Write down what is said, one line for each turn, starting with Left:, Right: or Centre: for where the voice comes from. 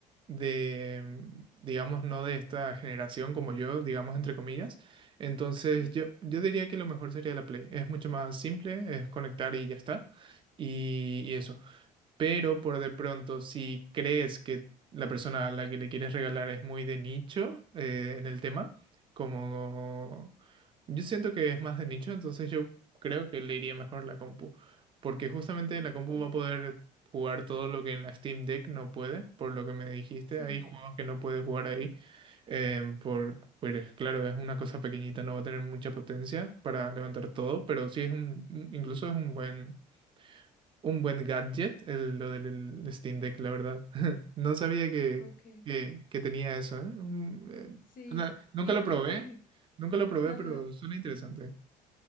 Right: de, digamos, no de esta generación como yo, digamos, entre comillas, entonces
Left: Sí,
Right: yo, yo diría que lo mejor sería la Play. Es mucho más simple, es conectar y ya está. Y, y eso. pero por de pronto, si crees que la persona a la que le quieres regalar es muy de nicho eh, en el tema, como yo siento que es más de nicho, entonces yo creo que le iría mejor la compu, porque justamente en
Left: ok,
Right: la compu va a poder jugar todo lo que en la Steam Deck no puede, por lo que me dijiste,
Left: Sí,
Right: hay juegos que no puede jugar ahí, em, por, pues claro, es una cosa pequeñita, no va a tener mucha potencia para levantar todo, pero sí es un, un- incluso es un buen un buen gadget, el- lo del el Steam Deck, la verdad. <laughs> No sabía que,
Left: ok.
Right: que, que tenía eso, ¿eh? Un- eh,
Left: sí,
Right: na- nunca
Left: y lo
Right: lo
Left: tengo
Right: probé,
Left: ahí.
Right: nunca lo probé,
Left: Ajá.
Right: pero suena interesante.